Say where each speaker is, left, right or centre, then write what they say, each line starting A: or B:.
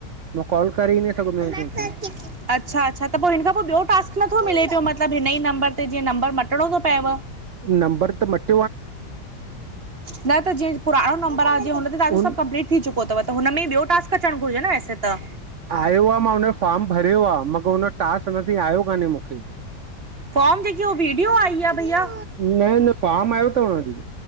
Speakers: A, on the right; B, on the right.
A: मां कॉल करे हि न
B: अच्छा
A: सघंदो आहियां कंहिंखे
B: अच्छा त पो हिन खां पो बियो टास्क नथो मिले पियो मतलब हिन ही नंबर त जीअं नंबर मटिणो थो पएव?
A: नंबर त मटि
B: न त जीअं पुराणो नंबर आ जीअं हुन ते तव्हांजो
A: उन
B: सब कंपलीट थी चुको तव त हुन में ही ॿियो टास्क अचण घुरिजे न ऐसे त।
A: आयो आ मां हुन जो फार्म भरियो आ मगर हुनजो टास्क अञा तंहिं आयो कान्हे मूंखे।
B: फॉर्म जेकी वीडियो आई आ भईया?
A: न न फार्म आयो तव न दीदी